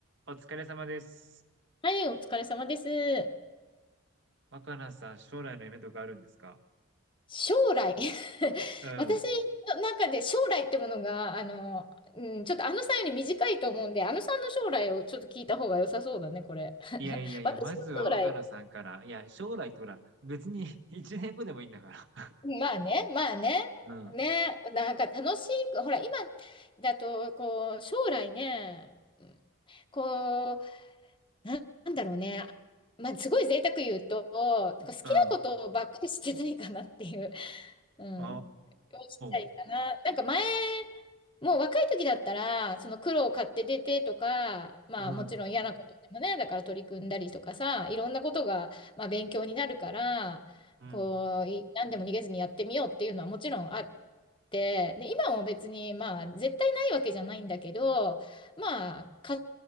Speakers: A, on the right; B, on the left.
A: お疲れ様です。
B: はい、お疲れ様です。
A: 若菜さん、将来の夢とかあるんですか
B: 将来 <laughs>
A: うん。
B: 私の中で将来ってものが、あの、うん、ちょっとあのさんより短いと思うんで、あのさんの将来をちょっと聞いた方が良さそうだね、これ。
A: いやいやいや、
B: <laughs> 私の将来、
A: まずは若菜さんから。いや、将来ってほら、別に <laughs> 1年後でもいいんだから。
B: まあね、まあね、
A: うん。
B: ね、なんか楽しい、ほら、今だと、こう、将来ね、うんこう、ななんだろうね、まあ、すごい贅沢言うと、なんか好きなことばっかりしてないかなっていう。
A: うん。
B: うん。
A: お
B: をしたいかな。
A: ー。
B: なんか前、もう若い時だったら、その苦労を買って出てとか、まあもちろん嫌なことでもね、
A: うん。
B: だから取り組んだりとかさ、いろんなことが、まあ、勉強になるから、
A: うん。
B: こう、い何でも逃げずにやってみようっていうのはもちろんあって、で、今も別にまあ絶対ないわけじゃないんだけど、まあ賢